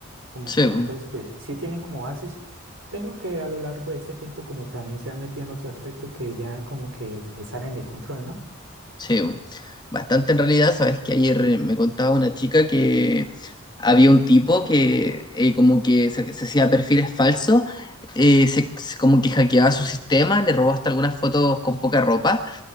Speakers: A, on the right (about 70°); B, on the left (about 20°).
A: Como
B: sí,
A: que entonces,
B: bu,
A: pues sí tienen como bases, pero que a lo largo de este tiempo como también se han metido en otros aspectos que ya como que se salen de control, ¿no?
B: sí. bu. Bastante en realidad, sabes que ayer me contaba una chica que había un tipo que eh, como que se, se hacía perfiles falsos, eh, se, se- como que hackeaba su sistema, le robó hasta algunas fotos con poca ropa